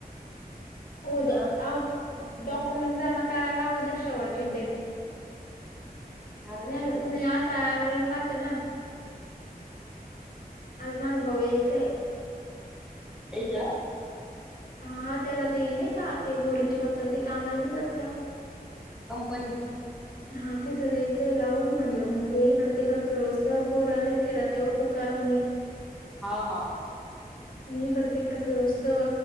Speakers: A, on the left; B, in the centre.
A: हो
B: आ
A: द्या आहोत डॉक्युमेंट जमा करायला लागू द्या शेवटची डेट.
B: अरे
A: झालं
B: वा
A: तुम्ही आज सार पाहत ना आज मास भाऊ यायचंय.
B: एजा
A: हा त्याला ते नाही का! ते भोरीचे बाप्पन ते कामाला नाहीे जात का?
B: कंपनीत.
A: हा तिथं द्यायचंय लावून म्हटलं मग तू इकड तिकडं फिरोस तर पोराले फिरा त्यावर टु कारवानी? <inaudible>
B: हा हा.
A: <inaudible> म इकडं तिकड फिरोस्तव